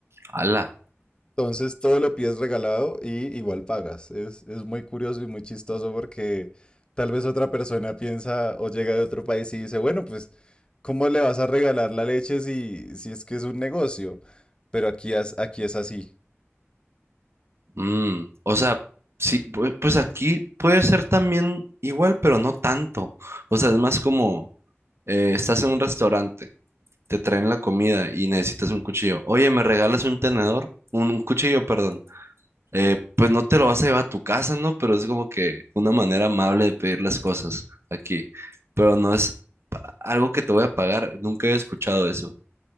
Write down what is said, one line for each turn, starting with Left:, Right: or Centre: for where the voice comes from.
Right: Ala.
Left: Entonces todo lo pides regalado y igual pagas. Es, es muy curioso y muy chistoso porque tal vez otra persona piensa o llega de otro país y dice, bueno, pues, ¿cómo le vas a regalar la leche si, si es que es un negocio? Pero aquí, es- aquí es así.
Right: Mm, o sea, sí, pu- pues aquí puede ser también igual, pero no tanto. O sea, es más como eh, estás en un restaurante, te traen la comida y necesitas un cuchillo. Oye, ¿me regalas un tenedor? Un, un cuchillo, perdón. Eh, pues no te lo vas a llevar a tu casa, ¿no? Pero es como que una manera amable de pedir las cosas aquí. Pero no es pa- algo que te voy a pagar. Nunca he escuchado eso.